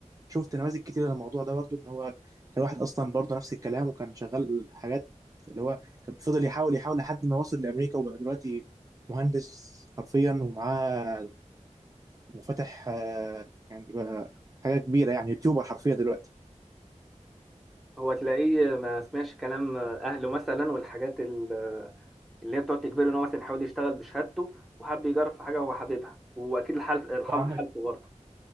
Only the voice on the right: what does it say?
شفت نماذج كتير للموضوع ده برضو ان هو كان واحد اصلا برضو نفس الكلام وكان شغال حاجات اللي هو كان فضل يحاول يحاول لحد ما وصل لامريكا وبقى دلوقتي مهندس حرفيا ومعاه وفاتح آه، يعني بقى حاجه كبيره يعني يوتيوبر حرفيا دلوقتي
وعمل